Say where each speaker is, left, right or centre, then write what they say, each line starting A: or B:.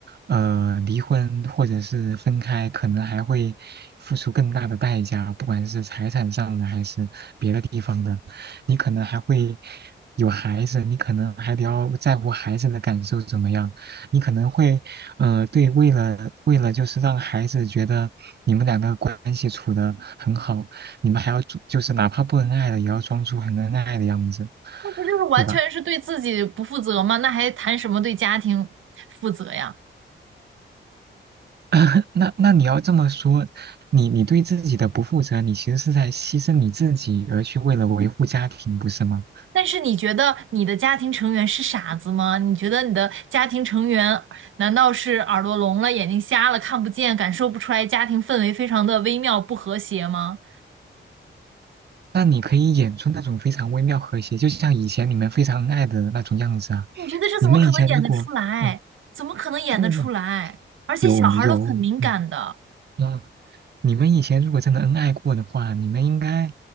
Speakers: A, on the right; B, on the right.
A: 呃离婚或者是分开，可能还会付出更大的代价，不管是财产上的还是别的地方的，你可能还会有孩子，你可能还得要在乎孩子的感受怎么样，你可能会呃对为了为了就是让孩子觉得你们两个关系处得很好。你们还要装，就是哪怕不恩爱了，也要装出很恩爱的样子，
B: 那不就是完全是对自己不负责吗？
A: 对吧？
B: 那还谈什么对家庭负责呀？
A: <coughs> <laughs> 那那你要这么说，你你对自己的不负责，你其实是在牺牲你自己，而去为了维护家庭，不是吗？
B: 但是你觉得你的家庭成员是傻子吗？你觉得你的家庭成员难道是耳朵聋了、眼睛瞎了、看不见、感受不出来家庭氛围非常的微妙不和谐吗？
A: 那你可以演出那种非常微妙和谐，就像以前你们非常恩爱的那种样子啊。
B: 你觉得这怎么可能演得出来？
A: 你们以前如果嗯
B: 怎么可能演得出来？
A: 嗯
B: 而且小孩儿都很敏感的，
A: 有有嗯那你们以前如果真的恩爱过的话，你们应该